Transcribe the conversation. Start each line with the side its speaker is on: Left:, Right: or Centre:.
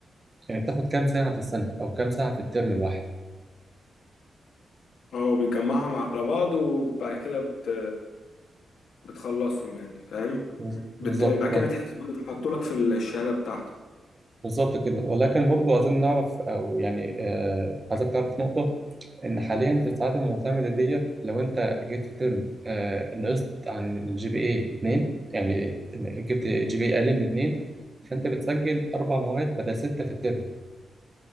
Right: يعني بتاخد كام ساعة في السنة أو كام ساعة في الترم الواحد
Left: اه بتجمعهم على بعض وبعد كده بت... بتخلصهم يعني فاهم
Right: بز-
Left: بت...
Right: بالظبط
Left: بعد كده بتحسبوه وتحطوا لك في الشهادة بتاعتك
Right: بالظبط كده ولكن برضو عايزين نعرف او يعني آه عايزك تعرف نقطة ان حاليا في الساعات المعتمدة ديت لو انت جبت في ترم آه نقصت عن الجي بي اي اتنين يعني إن جبت جي بي اي اقل من اتنين فانت بتسجل اربع مواد بدل ستة في الترم